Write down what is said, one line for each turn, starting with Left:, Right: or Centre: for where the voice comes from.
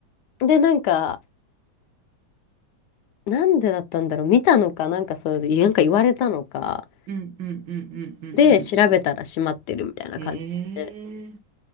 Left: で、なんか、なんでだったんだろう見たのか、なんかそういう、なんか言われたのか、
Right: うんうんうんうんうんうん。
Left: で、調べたら閉まってるみたいな感じで。
Right: へえ。